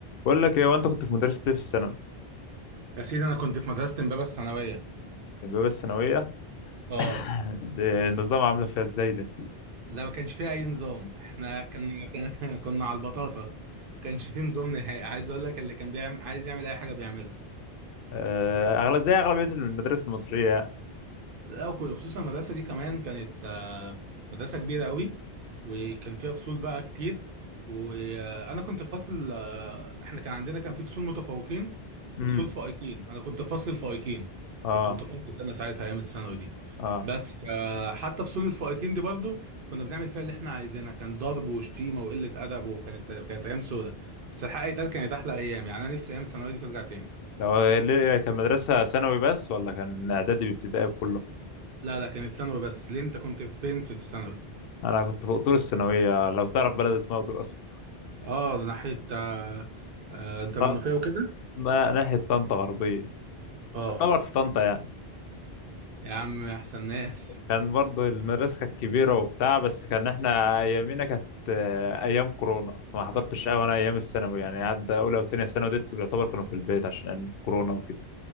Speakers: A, on the left; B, on the right.
A: بقول لك ايه وانت كنت في مدرسة ايه في الثانوي
B: يا سيدي انا كنت في مدرسه امبابه الثانويه
A: البيبقى الثانوية
B: اه
A: <laughs> ده النظام عاملة فيها ازاي ده
B: لا ما كانش فيها اي نظام احنا كنا كنا <laughs> كنا على البطاطا ما كانش فيه نظام نهائي عايز اقول لك اللي كان بيعمل عايز يعمل اي حاجه بيعملها
A: آه، اغلب زي اغلبية المدارس المصرية
B: لا وك- خصوصا المدرسة دي كمان كانت آه، مدرسة كبيرة قوي وكان فيها فصول بقى كتير وأنا كنت في فصل آه، احنا كان عندنا كان في فصول متفوقين
A: امم
B: وفصول فائقين أنا كنت في فصل الفائقين
A: اه
B: كنت متفوق أنا ساعتها أيام الثانوي دي
A: اه
B: بس فحتى فصول الفائقين دي برضو كنا بنعمل فيها اللي احنا عايزينها كان ضرب وشتيمة وقلة أدب وكانت كانت أيام سودة بس الحقيقة يتقال كانت أحلى أيام يعني أنا نفسي أيام الثانوي دي ترجع تاني
A: طب هي ليه- كان مدرسة ثانوي بس ولا كان اعدادي بابتدائي بكله
B: لا لا كانت ثانوي بس ليه أنت كنت فين في في ثانوي
A: انا كنت في قطور الثانوية لو تعرف بلد اسمها قطور اصلا
B: اه ناحية آه آه انت
A: طب
B: منوفية وكده
A: ما ناحية طنطا غربية
B: اه
A: يعتبر في طنطا يعني
B: يا عم احسن ناس
A: كان برضه المدرسة كانت كبيرة وبتاع بس كان احنا أيامينا كانت آه، أيام كورونا فما حضرتش أوي أنا أيام الثانوي يعني عدى أولى وتانية ثانوي ديت يعتبر كانوا في البيت عشان كورونا وكده